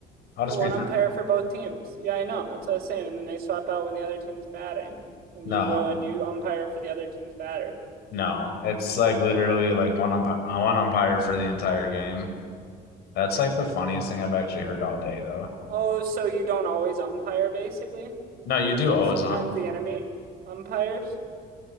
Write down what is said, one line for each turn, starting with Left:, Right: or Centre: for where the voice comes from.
Left: I'll just
Right: Yeah, one
Left: pretend.
Right: umpire for both teams. Yeah, I know. That's what I was saying. And then they swap out when the other team's batting. And
Left: No,
Right: you go and you umpire for the other team's batter.
Left: no, it's like literally like one ump uh, one umpire for the entire game. That's like the funniest thing I've actually heard all day though.
Right: Oh, so you don't always umpire, basically?
Left: No, you do always
Right: Sometimes
Left: um
Right: the enemy umpires?